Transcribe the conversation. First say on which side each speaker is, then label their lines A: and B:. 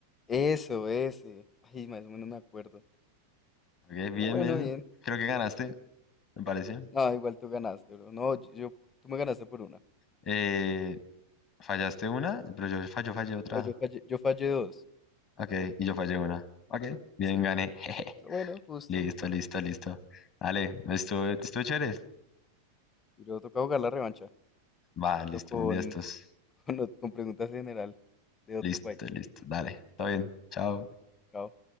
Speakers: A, on the left; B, on the left.
A: Eso, ese. Ay, más o menos me acuerdo.
B: Ok, bien,
A: Pero bueno,
B: bien.
A: bien.
B: Creo que ganaste, me parece.
A: No, igual tú ganaste, bro. No, yo, yo- tú me ganaste por una.
B: Eh, fallaste una, pero yo fallo, fallé otra.
A: No, yo fallé, yo fallé dos.
B: Ok, y yo fallé una. Ok, bien,
A: Sí.
B: gané. <laughs> Jeje.
A: Pero bueno, justo,
B: Listo,
A: no pasa
B: listo,
A: nada.
B: listo. Dale, estuvo, estuvo chévere.
A: Y luego toca jugar la revancha,
B: Va,
A: pero
B: listo,
A: con,
B: un día estos.
A: <laughs> con, ot- con preguntas general de otro
B: Listo,
A: país.
B: listo, dale. Está bien, chao.
A: Bueno, chao.